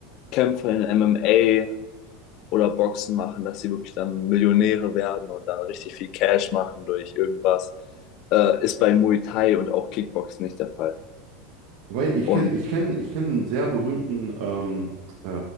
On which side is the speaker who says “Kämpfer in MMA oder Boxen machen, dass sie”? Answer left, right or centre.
Left